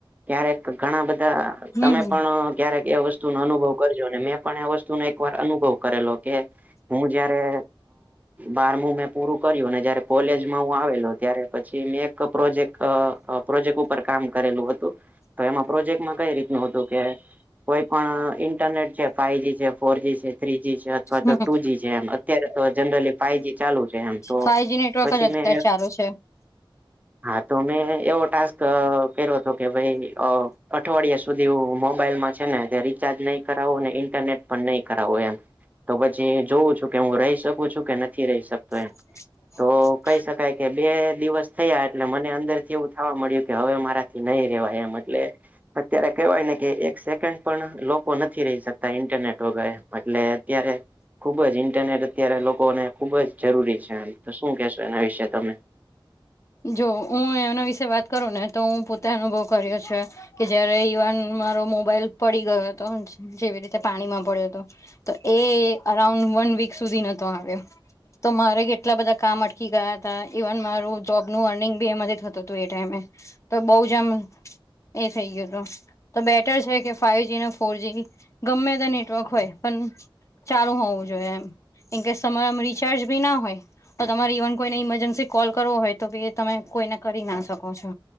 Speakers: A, on the right; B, on the left.
A: ક્યારેક તો ઘણા બધા
B: હમ
A: તમે પણ ક્યારેક એ વસ્તુ નો અનુભવ કરજો ને મેં પણ એ વસ્તુનો એક વાર અનુભવ કરેલો કે હું જયારે બારમું મેં પૂરું કર્યું ને જયારે કોલેજ હું આવેલો ત્યારે પછી મેં એક પ્રોજેક્ટ પ્રોજેક્ટ ઉપર કામ કરેલું હતું તો એમાં પ્રોજેક્ટમાં કઈ રીતનું હતું કે કોઈ પણ ઇન્ટરનેટ છે ફાઈજી છે ફોરજી છે. થ્રીજી છે અથવા
B: હમ
A: તો ટુ જી છે એ અત્યારે તો જનરલી ફાઈ જી ચાલુ છે એમ તો
B: ફાઈવજી નેટવર્ક
A: પછી
B: જ અત્યારે
A: મે
B: ચાલુ છે
A: હા તો મેં એવો ટાસ્ક કર્યો હતો કે ભાઈ અઠવાડિયા સુધી હ મોબાઈલમાં છે ને તે રિચાર્જ નહી કરાવો ને ઈન્ટરનેટ પણ નહી કરાવવો એમ તો પછી જોઉં છું કે હું રહી શકું છું કે નથી રહી શકતો એમ
B: <inaudible>
A: તો કહી શકાય કે બે દિવસ થયા એટલે મને અંદર થી એવું થવા મળ્યું કે હવે મારા નહી રહેવાય એમ એટલે અત્યારે કહેવાય ને કે એક સેકન્ડ પણ લોકો નથી રહી શકતા ઇન્ટરનેટ વગર એટલે અત્યારે ખુબ જ ઇન્ટરનેટ અત્યારે લોકોને ખુબ જ જરૂરી છે તો શું કેહેશો? એના વિશે તમે
B: જો હું એમના વિશે વાત કરું ને તો હું પોતે અનુભવ કર્યો છે. કે જયારે ઈવન મારો મોબાઈલ પડી ગયો હતો જેવી રીતે પાણીમાં પડ્યો હતો તો એ અરાઉન્ડ વન વીક સુધી નતો આવ્યો તો મારે કેટલા બધા કામ અટકી ગયા હતા ઇવન મારું સ્ટોકનું અર્નિંગ બી એમાંથી થતું હતું એ ટાઈમે તો બહુ જ આમ એ થઈ ગયું હતું તો બેટર છે કે ફાઈવ જી ને ફોરજીી ગમે તે નેટવર્ક હોય પણ ચાલુ હોવું જોઈએ એમ ઇન કેસ તમારામાં રિચાર્જ બી ના હોય તો તમારે ઇવન કોઈને ઈમરજન્સી કોલ કરવો હોય તો બી એ તમે કોઈને કરી ના શકો છો